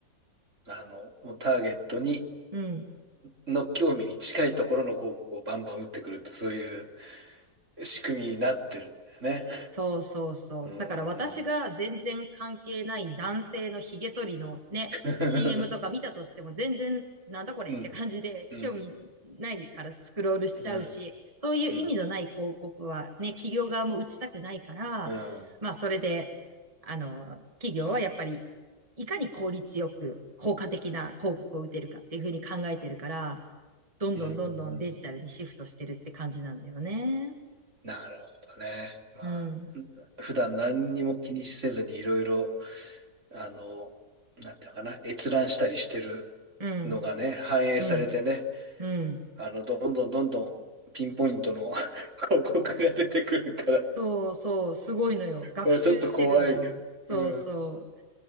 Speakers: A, on the right (about 45°); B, on the right (about 20°).
A: あの、もうターゲットに、
B: うん。
A: の興味に近いところの広告をバンバン打ってくるって、そういう仕組みになってるんだよね。
B: そうそうそう。
A: うーん、
B: だから私が全然関係ない男性の髭剃りのね、
A: <laughs>
B: CM とか見たとしても全然なんだこれって感じで興味ないからスクロールしちゃうし、
A: うん、うん、うん、
B: そういう意味のない広告はね、
A: うん、
B: 企業側も打ちたくないから、
A: うん、
B: まあそれで、あの、企業はやっぱりいかに効率よく効果的な広告を打てるかっていうふうに考えてるから、どんどんどんどんデジタルにシフトしてるって感じなんだよね。
A: うんなるほどね。まあ、
B: うん、
A: 普段何にも気にせずにいろいろあの、なんていうのかな、閲覧したりしてる
B: うん、
A: のがね、反映されてね、
B: うん。うん。
A: あの、どんどんどんどんピンポイントの <laughs> 広告が出てくるから、
B: そうそう、すごいのよ。学習してるのよ。
A: まあちょっと怖いけど、
B: そうそう。
A: うん。